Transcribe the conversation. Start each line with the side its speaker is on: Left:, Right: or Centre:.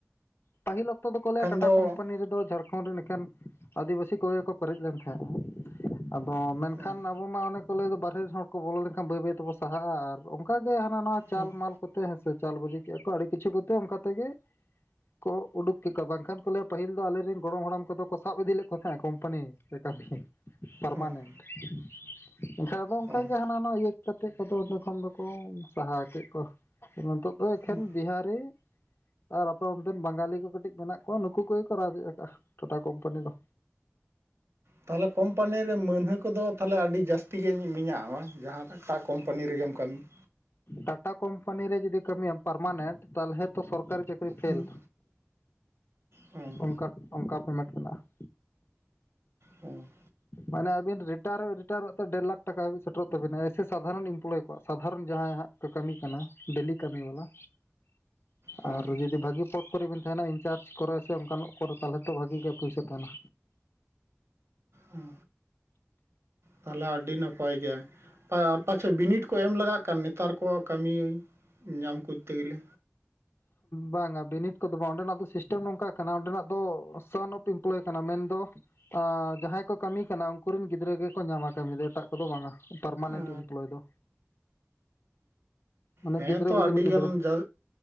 Left: ᱯᱟᱹᱦᱤᱞ ᱚᱠᱛᱚ ᱫᱚ ᱠᱚ ᱞᱟᱹᱭᱟ ᱴᱟᱴᱟ
Right: ᱫᱚ
Left: ᱠᱳᱢᱯᱟᱱᱤ ᱨᱮᱫᱚ ᱡᱷᱟᱲᱰ ᱠᱷᱚᱱ ᱮᱠᱟᱱ ᱟᱹᱫᱤᱵᱟᱹᱥᱤ ᱠᱚᱜᱮ ᱠᱚ ᱯᱮᱨᱮᱡ ᱞᱮᱱ ᱛᱟᱦᱮᱸᱼᱟ ᱟᱫᱚ ᱢᱮᱱᱠᱷᱟᱱ
Right: ᱦᱮᱸ
Left: ᱟᱵᱚ ᱢᱟ ᱚᱱᱮ ᱠᱚ ᱞᱟᱹᱭ ᱫᱚ ᱵᱟᱨᱦᱮ ᱨᱮᱱ ᱦᱚᱲ ᱠᱚ ᱵᱚᱞᱚ ᱞᱮᱱᱠᱷᱟᱱ ᱵᱟᱹᱭ ᱵᱟᱹᱭ ᱛᱮᱵᱚᱱ ᱥᱟᱦᱟᱜᱼᱟ ᱟᱨ ᱚᱱᱠᱟᱜ ᱜᱮ ᱦᱟᱱᱟ ᱱᱟᱣᱟ ᱪᱟᱞ
Right: ᱦᱮᱸ
Left: ᱢᱟᱞ ᱠᱚᱛᱮ ᱦᱮᱸᱥᱮ ᱪᱟᱞ ᱵᱟᱹᱡᱤ ᱠᱮᱜᱼᱟ ᱠᱚ ᱟᱹᱰᱤ ᱠᱤᱪᱷᱩ ᱠᱚᱛᱮ ᱚᱱᱠᱟ ᱛᱮᱜᱮ ᱠᱚ ᱩᱰᱩᱠ ᱠᱮ ᱠᱚᱣᱟ ᱵᱟᱝᱠᱷᱟᱱ ᱠᱚ- ᱞᱟᱹᱭᱼᱟ ᱯᱟᱹᱦᱤᱞ ᱫᱚ ᱟᱞᱮᱨᱤᱱ ᱜᱚᱲᱚᱢ ᱦᱟᱲᱟᱢ ᱠᱚᱫᱚ ᱠᱚ ᱥᱟᱵ ᱤᱫᱤᱞ ᱞᱮᱫ ᱠᱚ ᱛᱟᱦᱮᱸᱱᱟ ᱠᱳᱢᱯᱟᱱᱤ ᱠᱟᱹᱢᱤ ᱯᱟᱨᱢᱟᱱᱮᱱᱴ
Right: ᱦᱮᱸ
Left: ᱾ ᱮᱱᱠᱷᱟᱱ ᱟᱫᱚ ᱚᱱᱠᱟᱜᱮ
Right: ᱦᱮᱸ
Left: ᱦᱟᱱᱟ ᱱᱚᱣᱟ ᱤᱭᱟᱹ ᱠᱟᱛᱮᱫ ᱠᱚᱫᱚ ᱚᱸᱰᱮ ᱠᱷᱚᱱᱚᱱ ᱫᱚᱠᱚ ᱥᱟᱦᱟ ᱠᱮᱫ ᱠᱚᱣᱟ᱾ ᱱᱤᱛᱚᱜ ᱫᱚ ᱮᱠᱷᱮᱱ
Right: ᱦᱮᱸ
Left: ᱵᱤᱦᱟᱨᱤ ᱟᱨ ᱟᱯᱮ ᱚᱱᱛᱮᱱ ᱵᱟᱝᱜᱟᱞᱤ ᱠᱚ ᱠᱟᱹᱴᱤᱡ ᱢᱮᱱᱟᱜ ᱠᱚ ᱠᱚ ᱱᱩᱠᱩ ᱠᱚᱜᱮ ᱨᱟᱡᱽ ᱮᱭᱟ ᱟᱠᱟᱜᱼᱟ ᱴᱟᱴᱟ ᱠᱳᱢᱯᱟᱱᱤ ᱫᱚ
Right: ᱛᱟᱦᱚᱞᱮ ᱠᱳᱢᱯᱟᱱᱤ ᱨᱮ ᱢᱟᱹᱱᱦᱟᱹ ᱠᱚᱫᱚ ᱛᱟᱦᱚᱞᱮ ᱟᱹᱰᱤ ᱡᱟᱹᱥᱛᱤ ᱜᱮ ᱢᱮᱱᱟᱜᱼᱟ ᱢᱟ ᱡᱟᱦᱟᱸ ᱮᱴᱟᱜ ᱠᱳᱢᱯᱟᱱᱤ ᱨᱮᱜᱮᱢ ᱠᱟᱹᱢᱤ ᱾
Left: ᱴᱟᱴᱟ ᱠᱳᱢᱯᱟᱱᱤ ᱨᱮ ᱡᱩᱫᱤ ᱠᱟᱹᱢᱤᱭᱟᱢ ᱯᱟᱨᱢᱟᱱᱮᱱᱴ ᱛᱟᱦᱚᱞᱮ ᱛᱚ ᱥᱚᱨᱠᱟᱨᱤ ᱪᱟᱹᱠᱨᱤ ᱯᱷᱮᱞ,
Right: ᱦᱮᱸ ᱦᱮᱸ ᱦᱮᱸ
Left: ᱚᱱᱠᱟ ᱚᱱᱠᱟ ᱯᱮᱢᱮᱱᱴ ᱢᱮᱱᱟᱜᱼᱟ ᱾
Right: ᱦᱩᱸ
Left: ᱢᱟᱱᱮ ᱟᱵᱤᱱ ᱨᱤᱴᱟᱨ ᱨᱤᱴᱟᱨᱚᱜ ᱛᱮ ᱰᱮᱲ ᱞᱟᱠᱷ ᱴᱟᱠᱟ ᱦᱟᱹᱵᱤᱡᱽ ᱥᱮᱴᱮᱨ ᱛᱟᱵᱤᱱᱟ ᱮᱭᱥᱮ ᱥᱟᱫᱷᱟᱨᱚᱱ ᱮᱢᱯᱞᱚᱭ ᱠᱚᱣᱟᱜ ᱥᱟᱫᱷᱟᱨᱚᱱ ᱡᱟᱦᱟᱸ ᱦᱟᱸᱜ ᱠᱚ ᱠᱟᱹᱢᱤ ᱠᱟᱱᱟ ᱰᱮᱞᱤ ᱠᱟᱹᱢᱤ ᱵᱟᱞᱟ
Right: ᱦᱮᱸ
Left: ᱟᱨ ᱡᱩᱫᱤ ᱵᱷᱟᱹᱜᱤ ᱯᱚᱫ ᱠᱚᱨᱮᱵᱤᱱ ᱛᱟᱦᱮᱱᱟ ᱤᱱᱪᱟᱨᱡᱽ ᱠᱚᱨᱮ ᱥᱮ ᱚᱱᱠᱟᱱᱟ ᱠᱚᱨᱮ ᱛᱟᱦᱚᱞᱮ ᱛᱚ ᱵᱷᱟᱜᱤ ᱜᱮ ᱯᱩᱭᱥᱟᱹ ᱛᱟᱦᱮᱱᱟ
Right: ᱚᱸ ᱛᱟᱦᱞᱮ ᱟᱹᱰᱤ ᱱᱟᱯᱟᱭ ᱜᱮᱭᱟ ᱾ ᱟᱨ ᱯᱟᱪᱮᱫ ᱵᱤᱱᱤᱰ ᱠᱚ ᱮᱢ ᱞᱟᱜᱟᱜ ᱠᱟᱱᱟ ᱱᱮᱛᱟᱨ ᱠᱚ ᱠᱟᱹᱢᱤ ᱧᱟᱢ ᱠᱚᱡᱛᱮ ᱜᱮᱞᱮ
Left: ᱵᱟᱝᱟ ᱵᱤᱱᱤᱰ ᱠᱚᱫᱚ ᱵᱟᱝ ᱚᱸᱰᱮᱱᱟᱜ ᱫᱚ ᱥᱤᱥᱴᱮᱢ ᱱᱚᱝᱠᱟ ᱠᱟᱱᱟ ᱾ ᱚᱸᱰᱮᱱᱟᱜ ᱫᱚ ᱥᱟᱱ ᱚᱯᱷ ᱮᱢᱯᱞᱚᱭ ᱠᱟᱱᱟ ᱢᱮᱱᱫᱚ ᱡᱟᱦᱟᱸᱭ ᱠᱚ ᱠᱟᱹᱢᱤ ᱠᱟᱱᱟ ᱩᱱᱠ ᱨᱮᱱ ᱜᱤᱫᱽᱨᱟᱹ ᱜᱮᱠᱚ ᱧᱟᱢᱟ ᱠᱟᱹᱢᱤ ᱫᱚ ᱾ ᱮᱴᱟᱜ ᱠᱚᱫᱚ ᱵᱟᱝᱼᱟ ᱯᱟᱨᱢᱟᱱᱮᱱᱴ
Right: ᱚ
Left: ᱮᱢᱯᱞᱚᱭ ᱫᱚ ᱢᱟᱱᱮ
Right: ᱦᱮᱸ
Left: ᱜᱤᱫᱽᱨᱟᱹ
Right: ᱛᱚ
Left: ᱵᱤᱫᱟᱹᱞ
Right: ᱟᱹᱰᱤ
Left: ᱜᱤᱫᱽᱨᱟᱹ
Right: ᱜᱟᱱ ᱡᱟ